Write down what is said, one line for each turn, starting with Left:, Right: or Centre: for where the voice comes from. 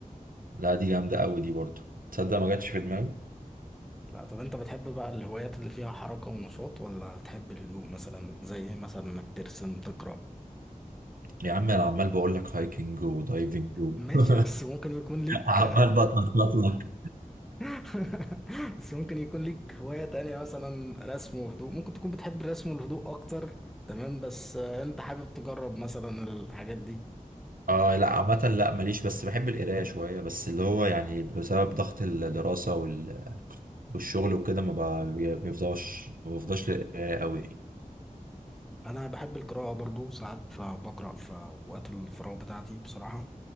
Right: لا دي جامدة أوي دي برضه تصدق ما جاتش في دماغي
Centre: لا طب انت بتحب بقى الهوايات اللي فيها حركه ونشاط ولا بتحب الهدوء مثلا زي إيه مثلا انك ترسم تقرا
Right: يا عم أنا عمال بقول لك هايكنج ودايفنج و...
Centre: ماشي
Right: <laughs>
Centre: بس ممكن يكون ليك
Right: عمال بتنطط لك
Centre: <laughs> بس ممكن يكون ليك هواية تانية مثلا رسم وهدوء ممكن تكون بتحب الرسم والهدوء أكتر تمام بس آه، أنت حابب تجرب مثلا الحاجات دي
Right: اه لا عامة لا ماليش بس بحب القراية شوية بس اللي هو يعني بسبب ضغط الدراسة وال... والشغل وكده ما بقى- بيفضاش ما بفضاش للقراية أوي يعني
Centre: انا بحب القراءه برضو ساعات بقرا في اوقات الفراغ بتاعتي بصراحه